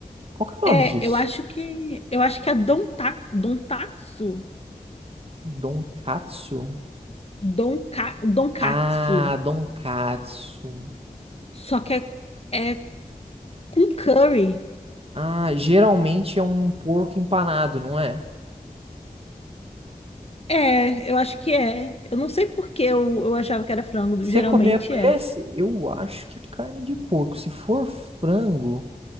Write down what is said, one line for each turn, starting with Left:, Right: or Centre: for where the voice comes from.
Right: Qual que é
Left: é,
Right: o nome disso?
Left: eu acho que eu acho que é donta, dontatsu,
Right: Donkatsu?
Left: donka, donkatsu.
Right: Ah, donkatsu.
Left: Só que é, é com curry.
Right: Ah, geralmente é um porco empanado, não é?
Left: É, eu acho que é. Eu não sei por que eu, eu achava que era frango,
Right: Você
Left: geralmente
Right: comeu esse?
Left: é.
Right: Eu acho que é carne de porco. Se for frango.